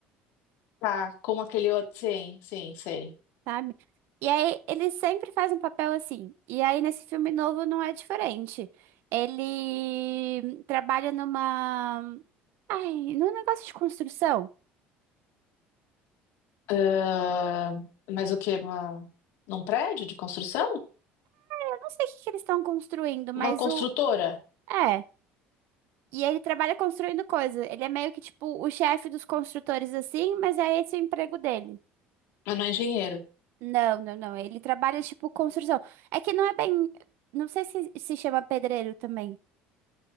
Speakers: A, on the left; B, on the right.
A: Tá, como aquele outro. Sim, sim, sei.
B: sabe? E aí ele sempre faz um papel assim. E aí nesse filme novo não é diferente. Ele trabalha numa Ai, no negócio de construção,
A: Ah, mas o quê? Uma, num prédio de construção?
B: eu não sei o que que eles estão construindo,
A: Uma
B: mas
A: construtora,
B: o. É. E ele trabalha construindo coisa. Ele é meio que tipo o chefe dos construtores, assim, mas é esse o emprego dele.
A: mas não é engenheiro.
B: Não, não, não. Ele trabalha tipo construção. É que não é bem. Não sei se se chama pedreiro também.